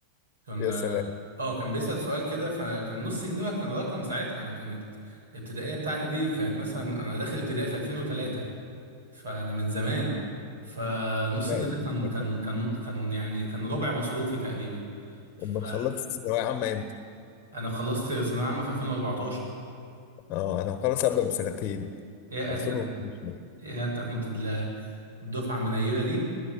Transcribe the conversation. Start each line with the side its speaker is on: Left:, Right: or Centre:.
Right: كان
Left: يا سلام
Right: اه كان بيسأل سؤال كده فكان نص جنيه بقى كان رقم ساعتها انا كانت الابتدائيه بتاعتي دي كانت مثلا انا داخل ابتدائي في 2003 فانا من زمان فنص
Left: <laughs>
Right: جنيه ده كان كان كان كان يعني كان ربع مصروفي تقريبا فانا
Left: أما خلصت ثانوية عامة إمتى؟
Right: خلصت ثانويه عامه في 2014
Left: أه أنا مخلص قبلك بسنتين
Right: يا
Left: 2012
Right: يا انت كنت ال- الدفعه المنيله دي